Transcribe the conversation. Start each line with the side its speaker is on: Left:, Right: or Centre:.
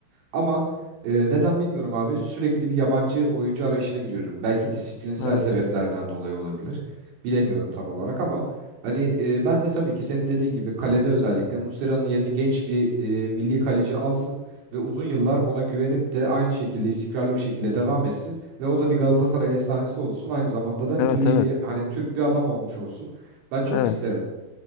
Right: Ama e, neden bilmiyorum abi sürekli bir yabancı oyuncu arayışına giriyoruz. Belki disiplinsel
Left: Evet,
Right: sebeplerden dolayı olabilir. Bilemiyorum tam olarak ama hani e, ben de tabii ki senin dediğin gibi kalede özellikle Muslera'nın yerini genç bir e, milli kaleci alsın ve uzun yıllar ona güvenip de aynı şekilde istikrarlı bir şekilde devam etsin ve o da bir Galatasaray efsanesi olsun. Aynı zamanda da milli
Left: evet, evet.
Right: bir hani Türk bir adam olmuş olsun. Ben çok
Left: Evet.
Right: isterim.